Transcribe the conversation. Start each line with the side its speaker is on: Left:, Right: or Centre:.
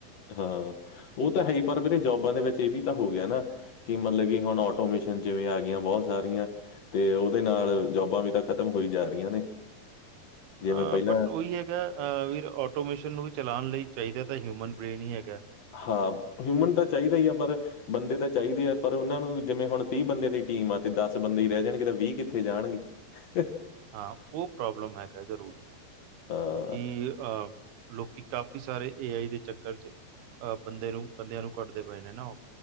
Left: ਹਾਂ, ਉਹ ਤਾਂ ਹੈਹੀ ਪਰ ਵੀਰੇ ਜੋਬਾਂ ਦੇ ਵਿੱਚ ਇਹ ਵੀ ਤਾਂ ਹੋਗਿਆ ਨਾ ਕਿ ਮਤਲਬ ਕਿ, ਹੁਣ ਆਟੋਮਿਸ਼ਨ ਜਿਵੇਂ ਆ ਗਈਆਂ ਬਹੁਤ ਸਾਰੀਆਂ ਤੇ ਉਹਦੇ ਨਾਲ, ਜੋਬਾਂ ਵੀ ਤਾਂ ਖ਼ਤਮ ਹੋਈ ਜਾ ਰਹੀਆਂ ਨੇ। ਜਿਵੇਂ
Right: ਆ,
Left: ਪਹਿਲਾਂ
Right: ਬਟ ਓਈ ਏ ਅ ਵੀਰ, ਆਟੋਮੇਸ਼ਨ ਨੂੰ ਵੀ ਚਲਾਣ ਲਈ ਚਾਹੀਦਾ ਤਾਂ ਹਿਊਮਨ ਬ੍ਰੇਨ ਹੀ ਹੈਗਾ।
Left: ਹਾਂ, ਹਿਊਮਨ ਤਾਂ ਚਾਹੀਦਾ ਹੀ ਆ ਪਰ ਬੰਦੇ ਤਾਂ ਚਾਹੀਦੇ ਆ ਪਰ, ਉਹਨਾਂ ਨੂੰ ਜਿਵੇਂ ਹੁਣ ਤੀਹ ਬੰਦੇ ਦੀ ਟੀਮ ਆ, ਤੇ ਦਸ ਬੰਦੇ ਈ ਰਹਿ ਜਾਣਗੇ ਤਾਂ ਵੀਹ ਕਿੱਥੇ ਜਾਣਗੇ। ਹ
Right: ਹਾਂ, ਉਹ ਪ੍ਰੋਬਲਮ ਹੈਗਾ ਜ਼ਰੂਰ,
Left: ਹਾਂ
Right: ਕਿਉਂਕਿ ਅ ਲੋਕੀ ਕਾਫੀ ਸਾਰੇ ਏ ਆਈ ਦੇ ਚੱਕਰ'ਚ, ਅ ਬੰਦੇ ਨੂੰ, ਬੰਦਿਆਂ ਨੂੰ ਕੱਟਦੇ ਪਏ ਨੇ ਨਾ ਉਹ।